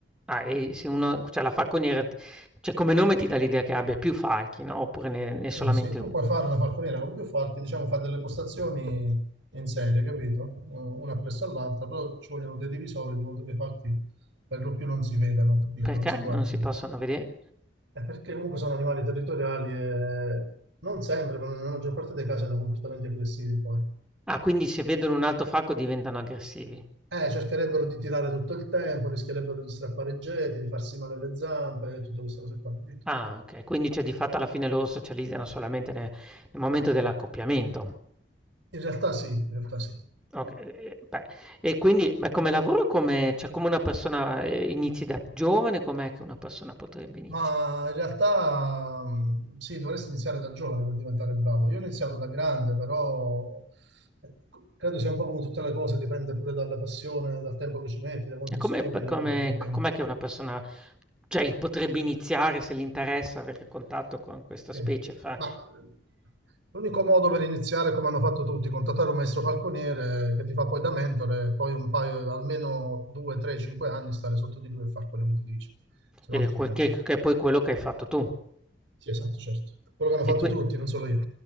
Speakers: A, in the centre; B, on the right (about 85°).
A: Ah, e se uno c'ha la falconiera d cioè come nome ti dà l'idea che abbia più falchi, no, oppure ne ne è solamente
B: Eh, sì, tu
A: 1?
B: puoi fare una falconiera con più falchi, diciamo, fare delle postazioni in serie, capito? Eh, Una appresso all'altra, però ci vogliono dei divisori di modo che i falchi per lo più non si vedano, capito?
A: Perché
B: Non si guardino.
A: non si possono vede
B: È perché comunque sono animali territoriali e non sempre, ma nella maggior parte dei casi sono comportamenti aggressivi poi.
A: ah, quindi se vedono un altro falco diventano aggressivi.
B: Eh, cercherebbero di tirare tutto il tempo, rischierebbero di strappare i geti, di farsi male alle zampe, tutte queste cose qua, capito?
A: Ah, okay. Quindi, cioè, di fatto alla fine loro socializzano solamente ne nel momento dell'accoppiamento.
B: In realtà sì, in realtà sì.
A: Okay, e beh, e quindi beh, come lavoro come cioè, come una persona, ehm, inizi da giovane, com'è che una persona potrebbe inizia
B: Ma in realtà mh, sì, dovresti iniziare da giovane per diventare bravo. Io ho iniziato da grande, però eh, credo sia un po' come tutte le cose, dipende pure dalla passione, dal tempo che ci metti, da quanto
A: e come
B: studi,
A: p
B: da
A: come
B: quanto ti impegni.
A: co com'è che una persona, cioè, potrebbe iniziare se gli interessa avere contatto con questa
B: Sì.
A: specie fra
B: Ma eh, l'unico modo per iniziare, come hanno fatto tutti, contattare un maestro falconiere che ti fa poi da mentore, e poi un paio, almeno 2, 3, 5 anni stare sotto di lui e fare quello che ti dice, se no
A: ehm,
B: altrimenti.
A: que che che è poi quello che hai fatto tu?
B: Sì, esatto, certo. Quello che hanno fatto
A: E qui
B: tutti, non solo io.